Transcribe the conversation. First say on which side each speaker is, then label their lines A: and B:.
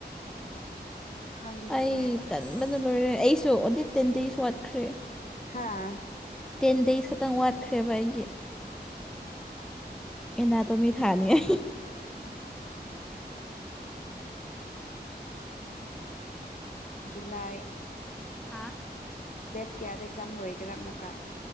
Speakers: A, on the left; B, in the centre.
A: ꯈꯪꯗ꯭ꯔꯦ
B: ꯑꯩ
A: ꯑꯁ
B: ꯇꯟꯕꯅ ꯂꯣꯏꯔꯦ ꯑꯩꯁꯨ ꯑꯣꯗꯤꯠ ꯇꯦꯟ ꯗꯦꯖ ꯋꯥꯠꯈ꯭ꯔꯦ꯫
A: ꯍꯥ!
B: ꯇꯦꯟ ꯗꯦꯖ ꯈꯛꯇꯪ ꯋꯠꯈ꯭ꯔꯦꯕ ꯑꯩꯒꯤ ꯑ‌ꯦꯏꯅꯥꯇꫭꯃꯤ ꯁꯅꯥ ꯊꯥꯏ
A: ꯖꯨꯂꯥꯏ꯫
B: ꯍꯥꯥ!
A: ꯗꯦꯠ ꯀ꯭ꯌꯥꯗ ꯑꯦꯛꯖꯥꯝ ꯂꯣꯏꯒꫪ ꯑꯃꯨꯀ